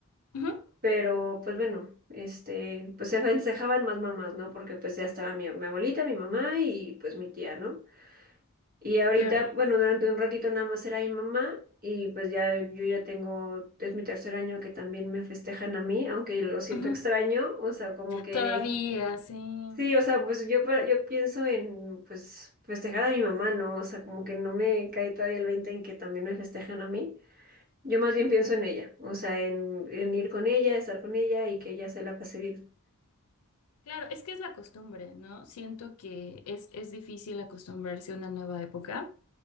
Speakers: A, on the left; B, on the right.
A: ujú,
B: Pero pues bueno, este, pues se festejaban más mamás, ¿no? Porque pues ya estaba mi, mi abuelita, mi mamá y pues mi tía, ¿no? Y ahorita,
A: Claro.
B: bueno, durante un ratito nada más era mi mamá y pues ya yo ya tengo, es mi tercer año que también me festejan a mí, aunque lo siento
A: Ujú.
B: extraño, o sea, como que,
A: Todavía, sí.
B: sí, o sea, pues yo, pa- yo pienso en pues festejar a mi mamá, ¿no? O sea, como que no me cae todavía el 20 en que también me festejan a mí. Yo más bien pienso en ella, o sea, en, en ir con ella, estar con ella y que ella se la pase bien.
A: Claro, es que es la costumbre, ¿no? Siento que es, es difícil acostumbrarse a una nueva época.